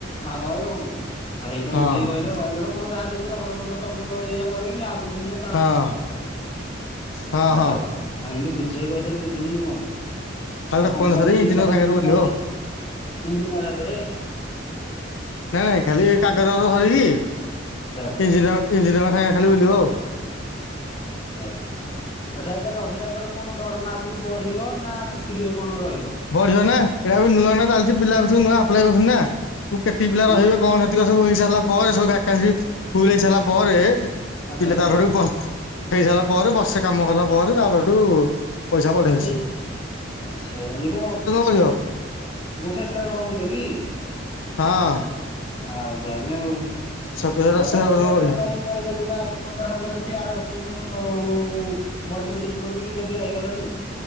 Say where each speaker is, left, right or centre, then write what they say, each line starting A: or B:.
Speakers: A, on the left (about 30°); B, on the left (about 85°).
A: ଆ ଅଏଲ କମ୍ପାନୀ ସେଇଟା
B: ହଁ
A: ଆ ବୁଝେଇକି କହିଲେ ଅଏଲ ର କଣ ଯାହା ଦେବେ କାଗଜ ପତର ଡକ୍ୟୁମେଣ୍ଟ ହେରିକା କରେଇକି ଆଗୁକୁ ନେ
B: ହଁ। ହଁ
A: ଆଚ୍ଛା
B: ହଁ
A: ଆଚ୍ଛା ଆ ଏମିତି ବୁଝେଇକି କହିଦେଲେ ବୁଝିବୁନି କଣ ପାଇଁ।
B: ଖାଲି ଡକ୍ୟୁମେଣ୍ଟ
A: ଆଉ କମ୍ପାନୀ
B: ଧରି
A: ଯେ
B: ଇଞ୍ଜିନିୟର
A: ତମେ
B: ସାଙ୍ଗରେ
A: ଯେମିତି
B: ବୁଲିବ
A: କହୁଛ
B: ଆଉ।
A: ଇଞ୍ଜିନିଅର୍ ହାତରେ।
B: ନାଇଁ ନାଇଁ ଖାଲି ଏ କାଗଜ ପତର ଧରିକି ଇଞ୍ଜିନିୟର
A: ଆଚ୍ଛା ଆଚ୍ଛା
B: ଇଞ୍ଜିନିୟର ସାଙ୍ଗେ ଖାଲି ବୁଲିବ ଆଉ।
A: ଆଚ୍ଛା ଆଚ୍ଛା। ଆଚ୍ଛା ଏଇଟା ରହିଲା ପରେ କଣ ଦରମା ଆଗକୁ ବଢ଼ିବ ନା ସେତିକିରେ କଣ ରହିବ?
B: ବଢ଼ିବ ନା ଏଟା ବି ନୂଆ ନ ଚାଲିଛି ପିଲା ଏବେ ସବୁ ନୂଆ ଆପ୍ଲାଏ କରୁଛନ୍ତି ନା କୁ କେତିକି ପିଲା
A: ମାନେ
B: ରହିବେ କଣ ହେବ୍ <unintelligible> ସବୁ ହେଇ ସାରିଲା ପରେ ସବୁ ଭେକ୍ୟାନ୍ସୀ ଫୁଲ ହେଇ ସାରିଲା ପରେ
A: ଆଚ୍ଛା
B: ପିଲା
A: ଆଚ୍ଛା
B: ତାପର
A: ଆଚ୍ଛା
B: କୁ <unintelligible> ହେଇ ସାରିଲା ପରେ ବର୍ଷେ କାମ କଲା ପରେ ତାପରଠୁ ପଇସା ବଢ଼େଇବେ
A: ଏଇ
B: ସେ।
A: ଆଚ୍ଛା ଇଏ କଣ
B: ବଢିବ
A: ସେଣ୍ଟ୍ରାଲ ଗର୍ମେଣ୍ଟ କି?
B: ହଁ।
A: ଆଉ ତାହେଲେ ଆଉ।
B: ସତୁରି ହଜାର
A: ଆଉ
B: ଅଶୀ
A: ତାହେଲେ
B: ହଜାର ପର୍ଯ୍ୟନ୍ତ
A: କରିଦିଅ
B: ବଢିବ।
A: ତାହେଲେ ମୋର ଯଦି ବା ଆଜି ପନ୍ଦର ହଜାର ଅଛି ଆର ବର୍ଷକୁ କଣ ନହୋଉ। ବଢ଼ି ବଢ଼ି ଯିବନି କି ଯଦି ରହିଗଲାଠୁ।